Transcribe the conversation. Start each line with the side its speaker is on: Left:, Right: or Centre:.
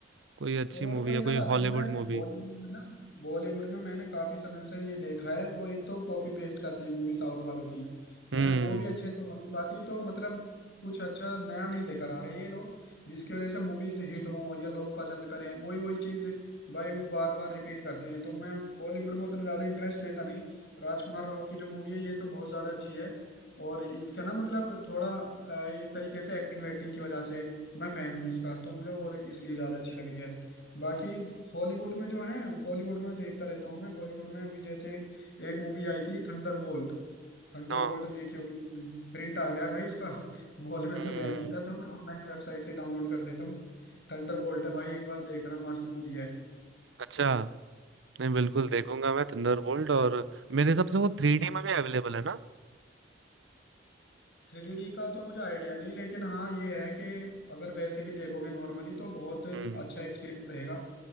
Right: कोई अच्छी
Left: और
Right: मूवी
Left: कोई
Right: या
Left: यार
Right: कोई
Left: असल
Right: हॉलीवुड
Left: में
Right: मूवी
Left: बॉलीवुड में ना बॉलीवुड में मैंने काफी समय से ये देखा है वो एक तो कॉपी पेस्ट करते हैं मूवी साउथ वालों की हैं
Right: हम्म
Left: वो भी अच्छे से हो नहीं पाती तो मतलब कुछ अच्छा नया नहीं लेकर आ रहे ये लोग जिसकी वजह से मूवीज हिट हो या लोग पसंद करें वही वही चीज भाई वो बार बार रिपीट करते हैं तो मैं बॉलीवुड में उतना ज्यादा इंटरेस्ट लेता नहीं राजकुमार राव की जो मूवी है ये तो बहुत ज्यादा अच्छी है और इसका ना मतलब थोड़ा अ, एक तरीके से एक्टिंग वेक्टिंग की वजह से मैं फैन हूँ इसका तो मुझे और इसलिए ज्यादा अच्छी लग रही है बाकी हॉलीवुड में जो है हॉलीवुड में देखता रहता हूँ मैं हॉलीवुड में अभी जैसे एक मूवी आई थी थंडरबोल्ट थंडरबोल्ट
Right: हाँ,
Left: देखी होगी प्रिंट आ गया भाई उसका <laughs> मॉल में
Right: हम्म
Left: तो गया नहीं था तो मैं ऑनलाइन वेबसाइट से डाउनलोड कर लेता हूँ थंडरबोल्ट है भाई एक बार देखना मस्त मूवी है
Right: अच्छा नहीं बिल्कुल देखूंगा मैं थंडरबोल्ट और मेरे हिसाब से वो थ्री डी में भी अवेलेबल है ना
Left: थ्री डी का तो मुझे आइडिया नहीं लेकिन हाँ ये है कि अगर वैसे भी देखोगे नॉर्मली तो बहुत अच्छा
Right: हम्म
Left: एक्सपीरियंस रहेगा